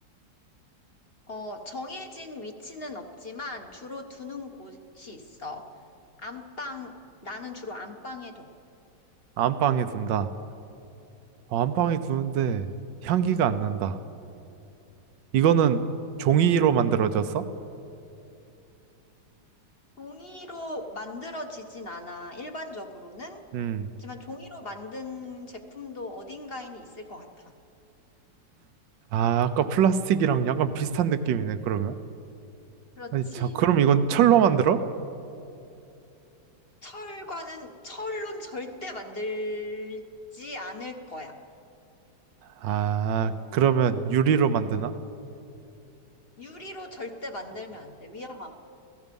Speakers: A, on the left; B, on the right.
A: 어, 정해진 위치는 없지만 주로 두는 곳이 있어. 안방, 나는 주로 안방에 둬.
B: 안방에 둔다. 어, 안방에 두는데 향기가 안 난다. 이거는 종이로 만들어졌어?
A: 종이로 만들어지진 않아, 일반적으로는.
B: 음.
A: 하지만 종이로 만든 제품도 어딘가에는 있을 것 같아.
B: 아, 아까 플라스틱이랑 약간 비슷한 느낌이네, 그러면.
A: 그렇지.
B: 아니, 자, 그럼 이건 철로 만들어?
A: 철과는 철론 절대 만들지 않을 거야.
B: 아, 그러면 유리로 만드나?
A: 유리로 절대 만들면 안 돼. 위험하고.